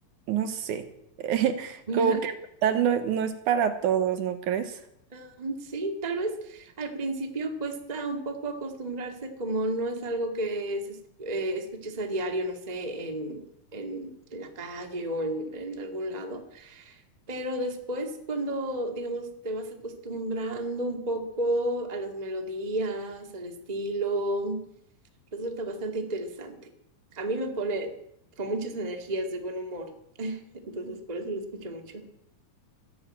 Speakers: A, on the right; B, on the right.
A: no sé, <laughs>
B: <laughs>
A: como que el metal no, no es para todos, ¿no crees?
B: Am, sí, tal vez al principio cuesta un poco acostumbrarse, como no es algo que se es- eh, escuches a diario, no sé, en, en la calle o en, en algún lado, pero después cuando, digamos, te vas acostumbrando un poco a las melodías, al estilo, resulta bastante interesante. A mí me pone con muchas energías de buen humor, entonces por eso lo escucho mucho.